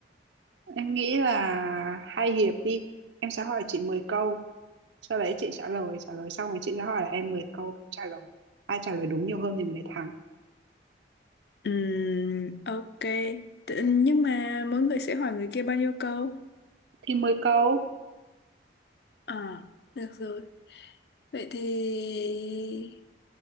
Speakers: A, on the right (about 80°); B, on the left (about 65°).
A: Em nghĩ là hai hiệp đi. Em sẽ hỏi chị 10 câu. Sau đấy chị trả lời. Trả lời xong rồi chị sẽ hỏi là em 10 câu và em trả lời. Ai trả lời đúng nhiều hơn thì người đấy thắng.
B: Ừm, ok. Tự- Nhưng mà mỗi người sẽ hỏi người kia bao nhiêu câu?
A: Thì 10 câu.
B: À, được rồi. Vậy thì...